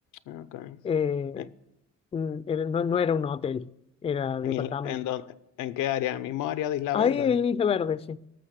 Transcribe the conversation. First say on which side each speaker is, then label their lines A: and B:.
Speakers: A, on the left; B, on the left.
A: Ah, ok.
B: eh,
A: ¿En,
B: mm, era- no, no era un hotel, era departamento.
A: en, Isla- en dónde- en qué área? ¿En el mismo área de Isla
B: Ahí
A: Verde?
B: en Isla Verde, sí.